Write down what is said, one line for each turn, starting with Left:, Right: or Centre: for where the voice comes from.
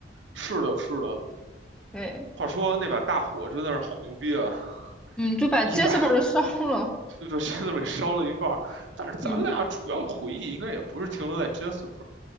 Right: 是的，是的。
Centre: 对，
Right: 话说那把大火真的是好牛逼啊！
Centre: 嗯，就把
Right: 一百
Centre: Jasper 都烧了，
Right: 就吧 c 在 l e r 烧了一半但是咱俩主要的回忆应该也不是停留在
Centre: 嗯，
Right: Jasper。